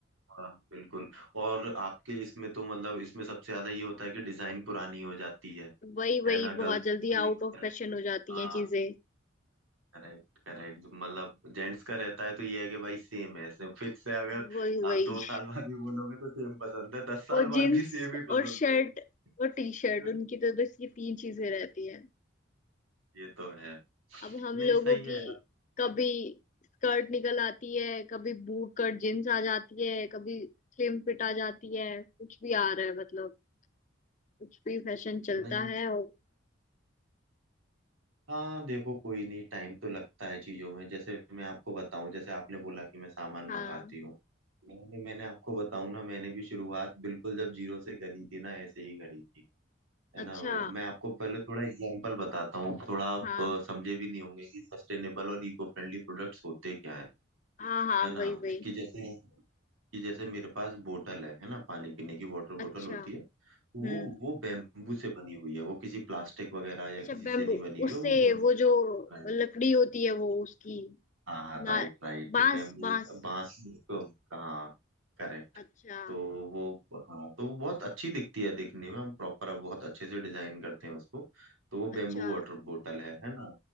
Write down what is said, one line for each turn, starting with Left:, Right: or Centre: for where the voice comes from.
Right: हाँ बिल्कुल और आपके इसमें तो मतलब इसमें सबसे ज्यादा ये होता है कि डिजाइन पुरानी हो जाती है
Left: वही
Right: है
Left: वही
Right: ना गलती
Left: बहुत जल्दी
Right: भी
Left: आउट
Right: ये
Left: ऑफ
Right: होता
Left: फैशन हो जाती
Right: है
Left: हैं चीजें
Right: Correct correct मतलब जेंट्स का रहता है तो ये है कि भाई सेम है सेम फिक्स है अगर
Left: वही वही
Right: आप दो साल बाद भी बोलोगे तो सेम पसंद है दस साल
Left: वो जीन्स
Right: बाद भी सेम ही
Left: और
Right: पसंद
Left: शर्ट और टी शर्ट
Right: है
Left: उनकी तो बस ये तीन चीजें रहती हैं
Right: ये तो है
Left: अब हम
Right: नहीं
Left: लोगों
Right: सही
Left: की
Right: है यार
Left: कभी स्कर्ट निकल आती है कभी बूट कट जींस आ जाती है कभी स्लिम फिट आ जाती है कुछ भी आ रहा है मतलब कुछ भी फैशन चलता
Right: नहीं
Left: है और
Right: हाँ देखो कोई नहीं टाइम तो लगता है चीजों में जैसे मैं आपको बताऊं जैसे आपने बोला कि मैं सामान
Left: हाँ
Right: मंगाती हूँ मैंने मैंने आपको बताऊं ना मैंने भी शुरुआत बिल्कुल जब जीरो से करी थी ना ऐसे ही करी थी है
Left: अच्छा
Right: ना वो- मैं आपको पहले थोड़ा एग्जांपल बताता हूँ थोड़ा आप
Left: हाँ
Right: अ, समझे भी नहीं होंगे कि सस्टेनेबल और इको फ्रेंडली प्रोडक्ट्स होते क्या है
Left: हाँ हाँ
Right: है ना
Left: वही वही
Right: ज- कि जैसे कि जैसे मेरे पास बोतल है है ना पानी पीने की वाटर
Left: अच्छा
Right: बोतल होती है
Left: हम्म
Right: वो वो बेम्बू से बनी हुई है वो किसी प्लास्टिक वगैरह या
Left: अच्छा
Right: किसी
Left: बेम्बू
Right: से नहीं बनी हुई
Left: उससे
Right: है वो
Left: वो जो
Right: बेम्बू
Left: लकड़ी होती है वो उसकी
Right: हाँ हाँ
Left: ना
Right: राइट राइट
Left: बांस
Right: बैम्बू
Left: बांस
Right: बांस को हाँ करेक्ट
Left: अच्छा
Right: तो वो हाँ तो वो बहुत अच्छी दिखती है दिखने में हम प्रॉपर बहुत अच्छे से डिजाइन करते हैं उसको तो वो
Left: अच्छा
Right: बेम्बू वाटर बोतल है है ना